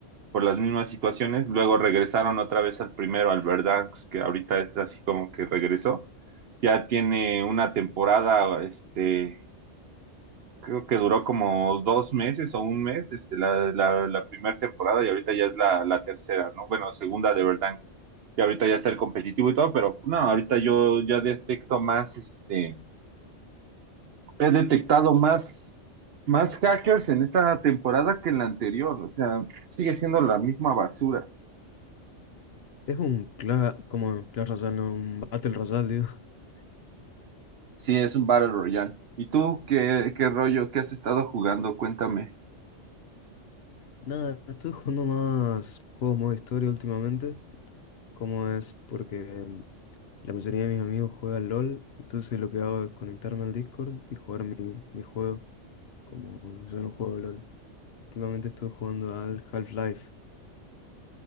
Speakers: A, on the right (about 60°); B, on the left (about 60°).
A: por las mismas situaciones, luego regresaron otra vez al primero, al Verdansk, que ahorita es así como que regresó. Ya tiene una temporada, este creo que duró como dos meses o un mes, este, la, la, la primera temporada y ahorita ya es la, la tercera, ¿no? Bueno, segunda de Verdansk. Y ahorita ya está el competitivo y todo, pero no, ahorita yo ya detecto más, este, he detectado más, más hackers en esta temporada que en la anterior, o sea, sigue siendo la misma basura.
B: Es un cla como Clash Royale, no, un Battle Royale, digo. <laughs>
A: Sí, es un Battle Royale. ¿Y tú qué, qué rollo, qué has estado jugando? Cuéntame.
B: Nada, estoy jugando más juegos modo historia últimamente. Como es porque em, la mayoría de mis amigos juegan LOL, entonces lo que hago es conectarme al Discord y jugar mi, mi juego. Como yo no juego LOL. Últimamente estuve jugando al Half-Life.